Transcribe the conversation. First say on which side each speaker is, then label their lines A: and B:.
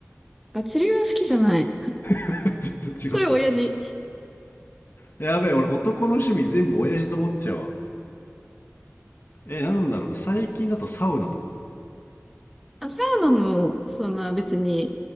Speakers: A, in the centre; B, on the left.
A: あ、釣りは好きじゃない。
B: <laughs> 全然違った。
A: それ親父。
B: やべえ、俺男の趣味全部親父と思っちゃうわ。えー、なんだろう。最近だとサウナとか。
A: あ、サウナも、そんな別に、